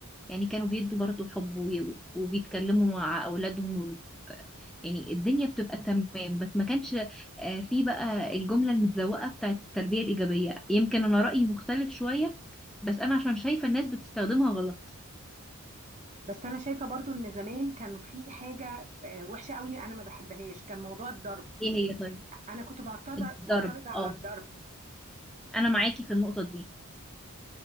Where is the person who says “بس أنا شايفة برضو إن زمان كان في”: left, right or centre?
Right